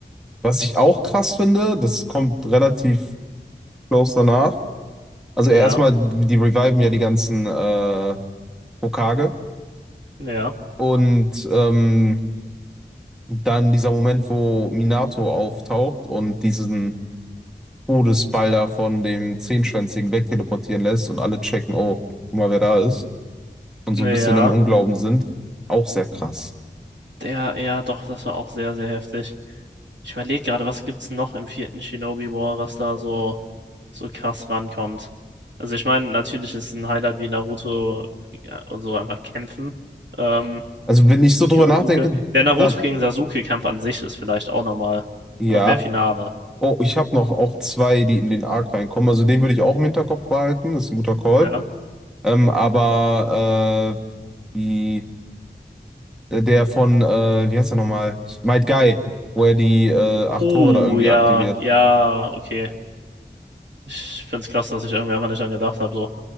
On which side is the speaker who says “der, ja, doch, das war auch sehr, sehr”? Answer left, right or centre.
Right